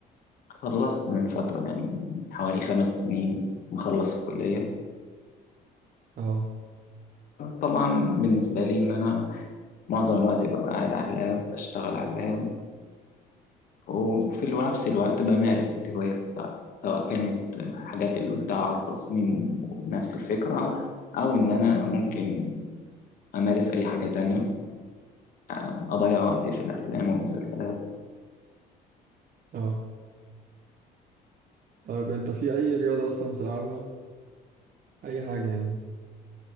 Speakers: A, on the left; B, on the right.
A: خلصت من فترة يعني حوالي خمس سنين مخلص الكلية
B: اه
A: طبعا بالنسبة لي إن أنا معظم الوقت ببقى قاعد على اللاب بشتغل على اللاب وفي ال- نفس الوقت بمارس الهواية بتاعتي سواء كانت حاجات اللي قلتها على التصميم ونفس الفكرة أو إن أنا ممكن أمارس أي حاجة تانية آه، أضيع وقتي في الأفلام والمسلسلات
B: اه طيب انت في اي رياضة اصلا بتلعبها اي حاجة يعني